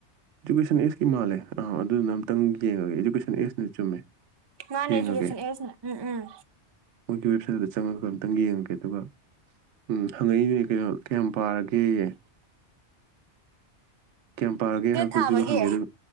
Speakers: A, on the right (about 85°); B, on the right (about 30°).
A: ꯑꯦꯖꯨꯀꯦꯁꯟ ꯏꯁꯀꯤ ꯃꯥꯜꯦ ꯑꯥ ꯑꯗꯨ ꯅ ꯈꯤꯇꯪ ꯌꯦꯡꯉꯒꯦ ꯏꯗꯨꯀꯦꯁꯟ ꯑꯦꯖꯅ ꯆꯨꯝꯃꯦ
B: ꯃꯥꯅꯦ
A: ꯌꯦꯡꯉꯒꯦ
B: ꯏꯖꯨꯀꯦꯁꯟ ꯑꯦꯖꯅꯦ ꯎꯝ ꯎꯝ
A: ꯃꯣꯏꯒꯤ ꯋꯦꯕꯁꯥꯏꯠꯇ ꯑꯝꯇꯪ ꯌꯦꯡꯉꯒꯦ ꯑꯗꯨꯒ ꯎꯝ ꯍꯪꯉꯛꯏꯗꯨꯅꯦ ꯀꯩꯅꯣ ꯀꯌꯥꯝ ꯄꯥꯔꯒꯦ ꯀꯌꯥꯝ ꯄꯥꯔꯒꯦ
B: ꯇꯦꯠ
A: ꯍꯥꯏꯕꯗꯨꯁꯨ
B: ꯊꯥꯕꯒꯤ
A: ꯍꯪꯉꯦ ꯑꯗꯨ